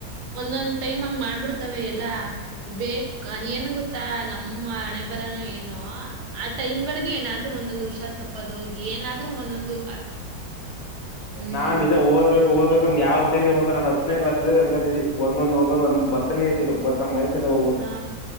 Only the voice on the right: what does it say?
ಒಂದೊಂದು ಒಂದೊಂದು ಟೈಮ್ ಹಂಗ ಮಾಡ್ಬಿಡ್ತಾವ ಎಲ್ಲಾ ಬೇಕ್ ಏನ್ ಗೊತ್ತಾ ನಮ್ಮ್ ಹಣೆ ಬಾರನೋ ಏನೋ ಆ ಟೈಮ್ಗಳಿಗೆ ಏನಾದ್ರು ಒಂದೊಂದು ಹುಷಾರ್ ತಪ್ಪೋದು ಏನಾದ್ರು ಒಂದೊಂದು ಹ್ಮ್.
ಆ.